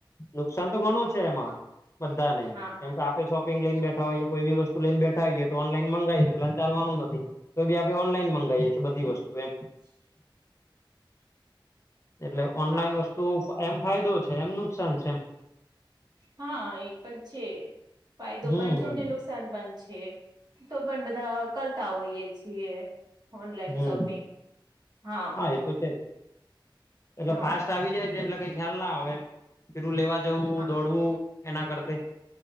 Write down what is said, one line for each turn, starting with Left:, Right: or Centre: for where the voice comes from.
Left: નુકસાન તો ઘણું છે, એમાં બધાને
Right: હા
Left: કેમ કે.. શોપિંગ લઈને બેઠા હોઈએ કોઈ બી વસ્તુ લઈને બેઠા હોઈએ તો ઓનલાઈન મંગાવીએ તો પ્લાન ચાલવા નો નથી. તો બી આપણે ઓનલાઈન મંગાવીએ છીએ બધી વસ્તુ એમ.
Right: <inaudible>
Left: એટલે ઓનલાઈન
Right: હા
Left: વસ્તુ એમ ફાયદો છે, એમ નુકસાન છે એમ.
Right: હા, એ પણ છે, ફાયદો
Left: હમ
Right: પણ છે નુકસા નુકસાન પણ છે, તો પણ બધા કરતા હોઈએ છીએ. ઓનલાઈન
Left: હમ
Right: શોપિંગ, હા.
Left: એ તો છે જ. એટલે
Right: હા
Left: ફાસ્ટ આવી જાય છે, એટલે કઈ ખ્યાલ ના આવે એમ. પેલું લેવા જવું,
Right: હા
Left: દોડવું... એના કરતે.